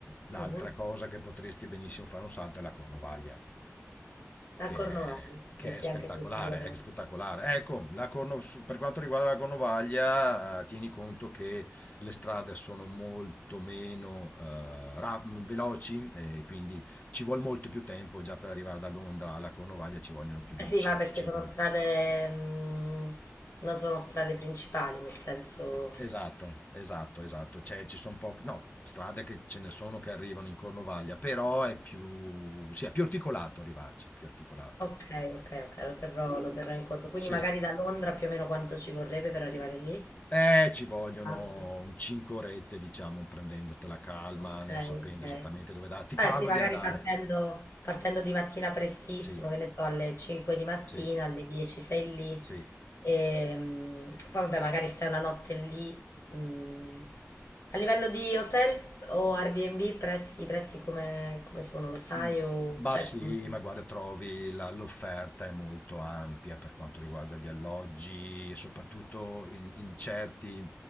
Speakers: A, on the left; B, on the left.
A: l'altra
B: Mhm.
A: cosa che potresti benissimo fare un salto è la Cornovaglia.
B: A
A: Che
B: Cornovaglia,
A: è che
B: eh sì,
A: è spettacolare,
B: anche questa loro.
A: è spettacolare. Ecco, la corno- su- per quanto riguarda la Cornovaglia, eh, tieni conto che le strade sono molto meno eh, ra- m- veloci, e quindi ci vuole molto più tempo. Già per arrivare da Londra alla Cornovaglia ci vogliono più di
B: Eh sì,
A: 5
B: ma perché sono
A: ore.
B: strade, mm, non sono strade principali, nel senso...
A: Esatto, esatto, esatto. C'è, ci sono poche, no, strade che ce ne sono che arrivano in Cornovaglia, però è più, sì, è più articolato arrivarci, più articolato.
B: Ok, ok, ok, lo terrò, lo terrò in conto. Quindi
A: Sì,
B: magari da Londra più o meno quanto ci vorrebbe per arrivare lì?
A: Eh, ci vogliono
B: Auto.
A: un 5 orette, diciamo, prendendotela calma,
B: Ok,
A: non sapendo
B: ok.
A: esattamente dove da Ti
B: Eh
A: parlo
B: sì, magari
A: di andare.
B: partendo, partendo di mattina prestissimo,
A: Sì,
B: che ne so, alle 5 di mattina,
A: sì,
B: alle 10 sei lì,
A: sì.
B: e mm, poi vabbè, magari stai una notte lì. mm. A livello di hotel o Airbnb, prezzi, prezzi come, come sono, lo sai?
A: Mh.
B: O,
A: Ma
B: cioè,
A: sì,
B: mm,
A: ma guarda trovi la l'offerta è molto ampia per quanto riguarda gli alloggi, soprattutto in in certi